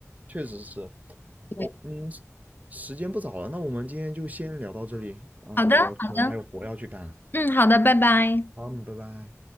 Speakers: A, on the right; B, on the left.
A: 确实是，
B: 对，
A: 我嗯，时间不早了，那我们今天就先聊到这里啊，
B: 好的，
A: 我可能还有活要去干
B: 好的，嗯，好的，拜拜。
A: 好，嗯拜拜。